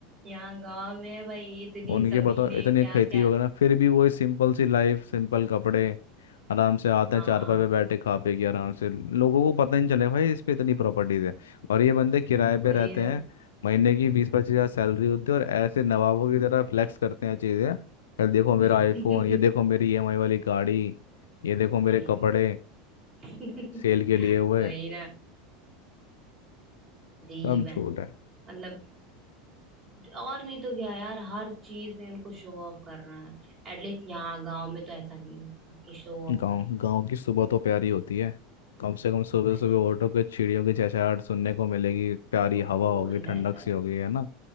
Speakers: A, on the right; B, on the left.
A: यहाँ गांव में है भाई इतनी
B: उनके
A: जमीनें
B: बताओ इतनी
A: क्या
B: खेती
A: क्या
B: वगैरह फिर भी वही सिंपल सी लाइफ सिंपल कपड़े आराम से आते
A: हाँ
B: हैं चारपाई पे बैठे खा पी
A: <laughs>
B: के आराम से लोगों को पता ही नहीं चले भाई इस पे इतनी प्रॉपर्टीज है और ये बंदे किराए
A: वही
B: पे रहते
A: ना
B: हैं महीने की बीस पच्चीस हजार सैलरी होती है और ऐसे नवाबों की तरह फ्लेक्स करते हैं चीज़ें यार देखो मेरा
A: <laughs>
B: आईफोन ये देखो मेरी ईएमआई वाली गाड़ी ये देखो मेरे
A: ये
B: कपड़े
A: हमारा
B: सेल के
A: <laughs>
B: लिए हुए
A: वही ना अजीब
B: सब
A: है
B: झूठ है
A: मतलब और नहीं तो क्या यार हर चीज में उनको शो ऑफ करना है एटलीस्ट यहाँ गांव में तो ऐसा नहीं होता कि शो ऑफ
B: गांव
A: करना
B: गांव की सुबह तो प्यारी होती है कम से कम सुबह
A: है।
B: सुबह
A: अरे
B: उठोगे चिड़ियों की चहचहाहट सुनने को मिलेगी प्यारी
A: तो
B: हवा
A: कौन
B: होगी
A: रहता
B: ठंडक सी
A: है
B: होगी है ना